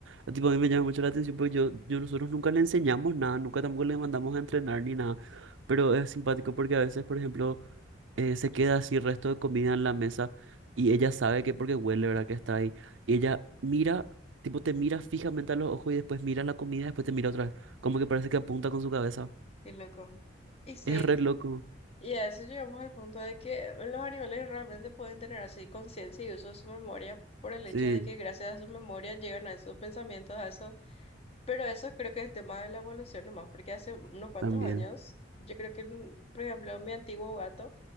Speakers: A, on the right; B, on the left.
A: A, tipo, a mí me llama mucho la atención porque yo, yo nosotros nunca le enseñamos nada, nunca tampoco le mandamos a entrenar ni nada, pero es simpático porque a veces, por ejemplo, eh, se queda así el resto de comida en la mesa y ella sabe que porque huele, ¿verdad? Que está ahí. Y ella mira, tipo te mira fijamente a los ojos y después mira la comida después te mira otra vez. Como que parece que apunta con su cabeza.
B: Y loco. Y sí,
A: Es re loco.
B: y a eso llegamos al punto de que los animales realmente pueden tener así conciencia y uso de su memoria por el
A: Sí,
B: hecho de que gracias a su memoria llegan a esos pensamientos, a esos Pero eso creo que es tema de la evolución nomás, porque hace unos cuantos
A: también.
B: años, yo creo que, mm, por ejemplo, mi antiguo gato